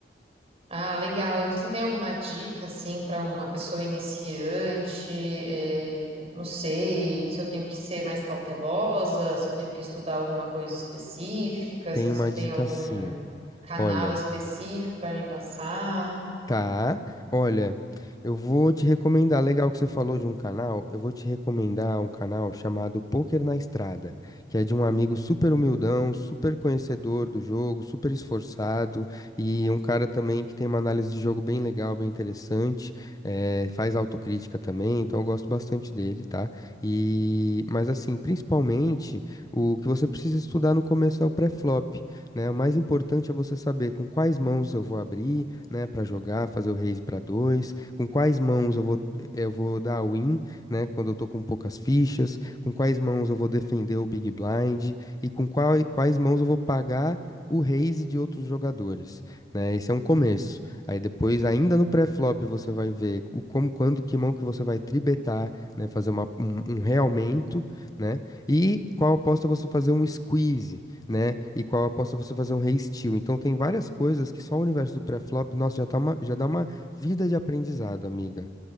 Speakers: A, on the right; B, on the left.
A: Ah, legal. E você tem alguma dica, assim, para uma pessoa iniciante? Eh, não sei, se eu tenho que ser mais cautelosa, se eu tenho que estudar alguma coisa específica,
B: Tem
A: se você
B: uma
A: tem
B: dica
A: algum
B: sim.
A: canal
B: Olha.
A: específico para me passar.
B: Tá, olha, eu vou te recomendar, legal que você falou de um canal, eu vou te recomendar um canal chamado Poker na Estrada, que é de um amigo super humildão, super conhecedor do jogo, super esforçado e um cara também que tem uma análise de jogo bem legal, bem interessante, eh, faz autocrítica também, então eu gosto bastante dele, tá? E, mas assim, principalmente, o que você precisa estudar no começo é o pré-flop, né? O mais importante é você saber com quais mãos eu vou abrir, né, para jogar, fazer o raise para dois, com quais mãos eu vou eh, eu vou dar a win, né, quando eu tô com poucas fichas, com quais mãos eu vou defender o big blind e com qual- quais mãos eu vou pagar o raise de outros jogadores, né? Esse é um começo. Aí depois, ainda no pré-flop, você vai ver o como, quando, que mão que você vai tribetar, né? Fazer uma- um, um realmento, né? E qual aposta você fazer um squeeze, né? E qual aposta você fazer um re-steal. Então tem várias coisas que só o universo do pré-flop, nossa, já tá uma, já dá uma vida de aprendizado, amiga.